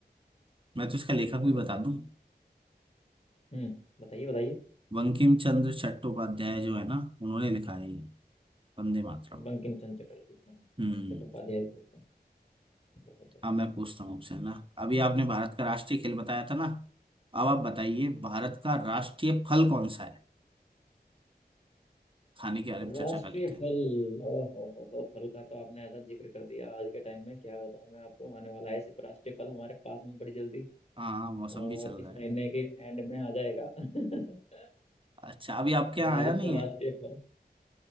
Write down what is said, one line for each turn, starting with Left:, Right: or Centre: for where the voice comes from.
Right: मैं तो इसका लेखक
Left: अरे
Right: भी बता
Left: वाह
Right: दूं
Left: हम्म बताइए बताइए
Right: बंकिम चंद्र चट्टोपाध्याय जो है ना उन्होंने लिखा है ये। वंदे मातरम
Left: बंकिम चंद्र चटर्जी हाँ
Right: हम्म
Left: चट्टोपाध्याय भी बोलते हैं बहुत बढ़िया
Right: अब मैं पूछता हूँ आपसे है ना अभी आपने भारत का राष्ट्रीय खेल बताया था ना अब आप बताइए भारत का राष्ट्रीय फल कौन सा है खाने के बारे
Left: राष्ट्रीय
Right: में चर्चा कर लेते हैं
Left: फल ओ हो हो हो फल का तो आपने ऐसा जिक्र कर दिया आज के टाइम में क्या बताऊं मैं आपको आने वाला है सिर्फ राष्ट्रीय फल हमारे पास में बड़ी जल्दी
Right: हाँ हाँ, मौसम
Left: और
Right: भी चल
Left: इस
Right: रहा है
Left: महीने के एंड में आ जाएगा <laughs>
Right: अच्छा अभी आपके यहाँ
Left: भारत
Right: आया नहीं
Left: का
Right: है
Left: राष्ट्रीय फल